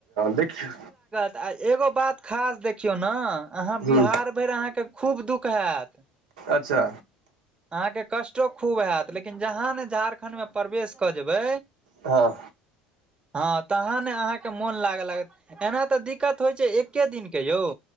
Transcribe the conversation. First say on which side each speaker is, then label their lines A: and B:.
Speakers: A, on the right; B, on the right.
A: देखियौ
B: तऽ एगो बात खास देखियउ ने अहाँ
A: हूँ
B: बिहार भरि अहाँके खूब दुःख हैत
A: अच्छा
B: अहाँके कष्टो खूब हत लेकिन जहाँ ने झारखंड में प्रवेश कऽ जेबै
A: हँ
B: हँ तह अहाँ के मोन लागे लागत एना तऽ दिक्कत होइ छै एक दिन के यौ